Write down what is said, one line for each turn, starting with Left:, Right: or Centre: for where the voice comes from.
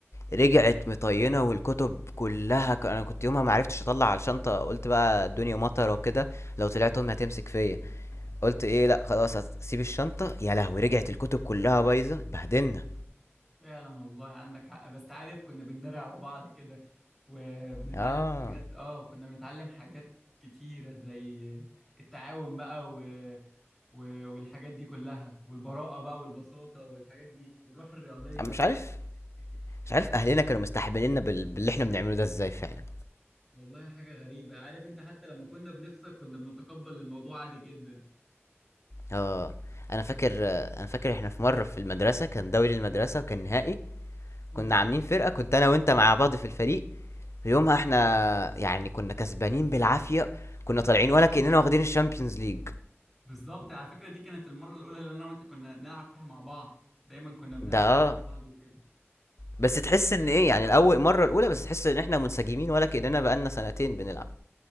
Left: رجعت مطينه والكتب كلها ك- انا كنت يومها ما عرفتش اطلع على الشنطه قلت بقى الدنيا مطره وكده لو طلعت امي هتمسك فيا قلت ايه لا خلاص هسيب الشنطة يا لهوي رجعت الكتب كلها بايظة اتبهدلنا
Centre: فعلا والله عندك حق بس عارف كنا بندري على بعض كده وبنتعلم
Left: اه
Centre: حاجات اه كنا بنتعلم حاجات كتيرة زي التعاون بقى و... و... والحاجات دي كلها والبراءة بقى والبساطة والحاجات دي والروح الرياضية
Left: أنا مش عارف مش عارف اهلنا كانوا مستحمليننا بال... باللي احنا بنعمله ده ازاي فعلا
Centre: والله حاجة غريبة عارف انت حتى لما كنا بنخسر كنا بنتقبل الموضوع عادي جدا
Left: اه انا فاكر انا فاكر احنا في مرة في المدرسة كان دوري المدرسة وكان نهائي
Centre: امم
Left: كنا عاملين فرقة كنت انا وانت مع بعض في الفريق ويومها احنا يعني كنا كسبانين بالعافية كنا طالعين ولا كأننا واخدين الشامبيونز ليج
Centre: بالظبط على فكرة دي كانت المرة الأولى اللي أنا وأنت كنا نلعب فيها مع بعض دايما كنا بنلعب
Left: ده آه.
Centre: مع بعض وكده
Left: بس تحس ان ايه يعني الاول مرة الاولى بس تحس ان احنا منسجمين ولا كأننا بقالنا سنتين بنلعب